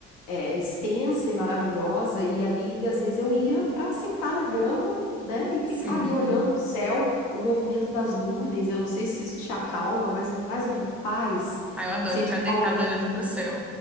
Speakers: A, on the left; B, in the centre.
A: é, extensa e maravilhosa, e ali às vezes eu ia para sentar na grama. Né? E ficar
B: sim.
A: ali olhando o céu, o movimento das nuvens. Eu não sei se isso te acalma, mas me traz uma paz.
B: Ah, eu adoro
A: Se
B: ficar
A: a gente ficar
B: deitado
A: olhando
B: olhando pro céu.